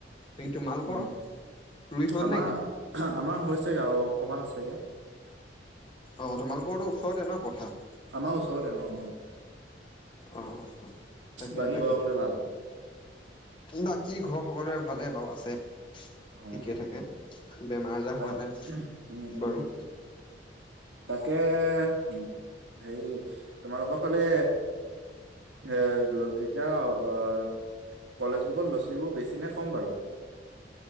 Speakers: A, on the left; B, on the right.
A: বাকী তোমালোকৰ
B: উম
A: ৰুই হ'ল
B: আমাৰ
A: নেকি
B: আমাৰ হৈছেগে আৰু অকমান আছেগে।
A: অ', তোমালোকৰ তো ওচৰতে ন পথাৰ?
B: আমাৰ ওচৰতে অ', অ',
A: অ', তাকেহে
B: বাকী
A: তাকেহে।
B: ঘৰৰ সকলোৰে ভাল?
A: বাকী ঘৰ সকলোৰে ভালে বাৰু আছে।
B: হয়,
A: ঠিকে
B: হয়,
A: থাকে
B: হয়।
A: বেমাৰ আজাৰ
B: তাক
A: হোৱা নাই
B: উম, উম
A: বাৰু।
B: তাকে হেৰি তোমালোকৰ ফালে এ এতিয়া অ, কলেজ বুকত ল'ৰা ছোৱালীবোৰ বেছি নে কম বাৰু?